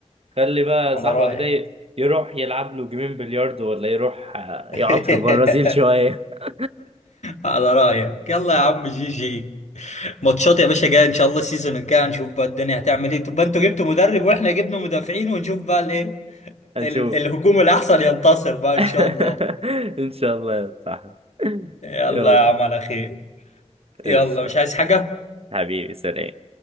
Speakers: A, on the right; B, on the left.
A: خلي بقى
B: على
A: صاحبك
B: رأيك
A: ده ي- يروح يلعب له جيمين بلياردو ولا يروح آه،
B: <laughs>
A: يقعد في البرازيل شوية <laughs>
B: على رأيك يلا يا عم جي جي ماتشات يا باشا جايه ان شاء الله السيزون الجاي هنشوف بقى الدنيا هتعمل ايه تبقى انتوا جبتوا مدرب واحنا جبنا مدافعين ونشوف بقى الايه
A: هنشوف
B: ال- الهجوم الاحسن ينتصر بقى
A: <laughs>
B: ان شاء الله
A: ان شاء الله يا صاحبي
B: يلا
A: يلا
B: يا عم على خير
A: قشطة
B: يلا مش عايز حاجه
A: حبيبي سلام